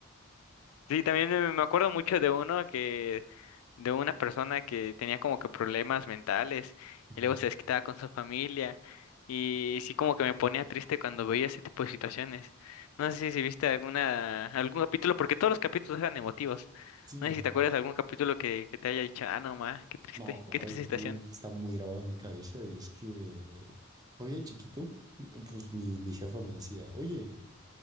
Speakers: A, on the left; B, on the right.
A: Sí, también eh, me acuerdo mucho de uno que, de una persona que tenía como que problemas mentales
B: <laughs>
A: y luego se desquitaba con su familia y sí como que me ponía triste cuando veía ese tipo de situaciones. No sé si si viste alguna, algún capítulo, porque todos los capítulos eran emotivos.
B: Sí,
A: No sé si te
B: no,
A: acuerdas de algún capítulo que, que te haya dicho, ah, no, ma, qué triste,
B: No, claro,
A: qué triste
B: yo tengo
A: situación.
B: uno que está muy grabado en mi cabeza y es que, oye, chiquito, pues mi, mi jefa me decía, oye,